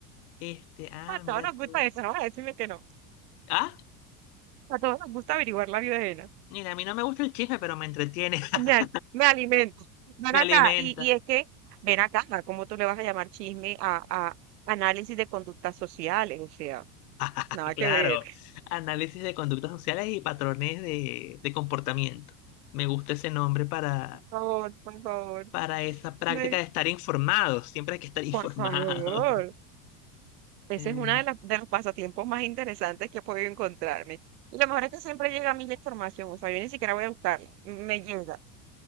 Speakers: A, on the left; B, on the right.
A: Este, ah,
B: A todos
A: mira
B: nos gusta
A: tú.
B: eso, no voy a decirle que no.
A: Ah,
B: A todos nos gusta averiguar la vida ajena.
A: mira, a mí no me gusta el chisme, pero me entretiene, <laughs>
B: Me, al- me alimento. Ven
A: me
B: acá.
A: alimenta.
B: Y, y es que, ven acá, ¿no? ¿cómo tú le vas a llamar chisme a, a análisis de conductas sociales? O sea,
A: <laughs>
B: nada que
A: Claro,
B: ver. <laughs>
A: análisis de conductas sociales y patrones de, de comportamiento. Me gusta ese nombre para
B: Por favor, por favor.
A: para esa práctica
B: Me-
A: de estar informado. Siempre hay que estar informado.
B: por favor.
A: <laughs>
B: Ese
A: Eh,
B: es uno de, las- de los pasatiempos más interesantes que he podido encontrarme. Y lo mejor es que siempre llega a mí la información. O sea, yo ni siquiera voy a buscarla. Me llega.